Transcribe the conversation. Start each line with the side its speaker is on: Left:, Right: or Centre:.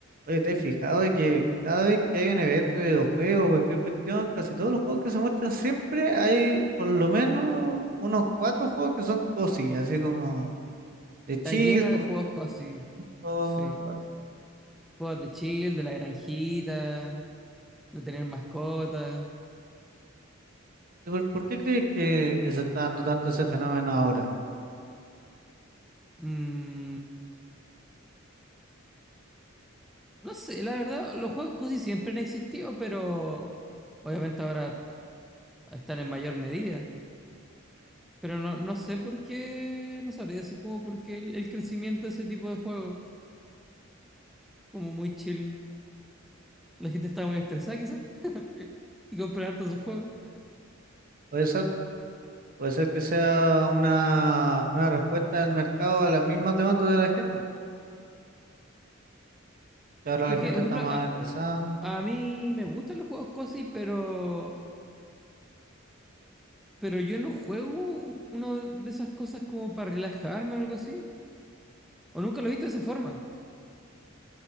Right: Oye, ¿te has fijado de que cada vez que hay un evento de videojuegos, cualquier cuestión, casi todos los juegos que se muestran siempre hay por lo menos unos cuatro juegos que son cosillas, así como de chill,
Centre: Está lleno
Right: como...
Centre: de juegos cosy.
Right: como-
Centre: Sí. sí. Juegos de chill, de la granjita, de tener mascotas.
Right: ¿Y ¿Por, por qué crees que, que se está dando tanto ese fenómeno ahora?
Centre: Mm, no sé, la verdad, los juegos cosy siempre han existido, pero obviamente ahora están en mayor medida. Pero no, no sé por qué, no sabría decir como por qué el, el crecimiento de ese tipo de juegos, como muy chill. La gente está muy estresada quizás <laughs> y comprar hartos esos juegos.
Right: Puede ser, puede ser que sea una, una respuesta del mercado a las mismas demandas de la gente. Que ahora
Centre: Porque,
Right: la gente
Centre: por
Right: está
Centre: ejemplo,
Right: más
Centre: a,
Right: estresada.
Centre: a mí me gustan los juegos cozy, pero pero yo no juego un- uno de esas cosas como para relajarme o algo así. O nunca lo he visto de esa forma.